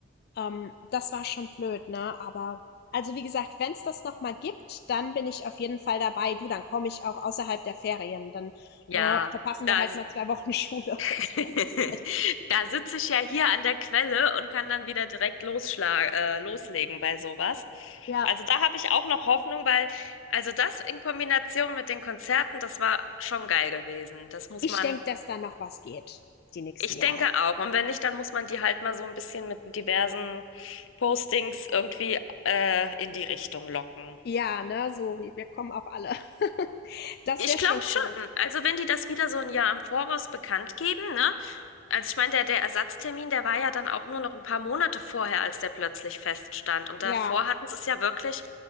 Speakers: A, on the left (about 50°); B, on the left (about 85°).
A: Ähm, das war schon blöd, ne? Aber also wie gesagt, wenn es das noch mal gibt, dann bin ich auf jeden Fall dabei. Du, dann komme ich auch außerhalb der Ferien. Dann
B: Ja,
A: äh, verpassen
B: da,
A: wir halt
B: s-
A: mal zwei Wochen Schule.
B: <laughs>
A: <laughs> Ist mir auch egal.
B: da sitze ich ja hier an der Quelle und kann dann wieder direkt losschlag, äh, loslegen bei sowas.
A: Ja,
B: Also da habe ich auch noch Hoffnung, weil, also das in Kombination mit den Konzerten, das war schon geil gewesen. Das muss
A: Ich
B: man,
A: denke, dass da noch was geht, die nächsten
B: ich
A: Jahre.
B: denke auch. Und wenn nicht, dann muss man die halt mal so ein bisschen mit diversen Postings irgendwie, äh, in die Richtung locken.
A: Ja, ne, so wie wir kommen auch alle. <laughs> Das
B: Ich
A: wäre
B: glaube
A: schon
B: schon.
A: cool.
B: Also wenn die das wieder so ein Jahr im Voraus bekannt geben, ne? Also ich meine, der, der Ersatztermin, der war ja dann auch nur noch ein paar Monate vorher, als der plötzlich feststand. Und
A: Ja.
B: davor hatten sie es ja wirklich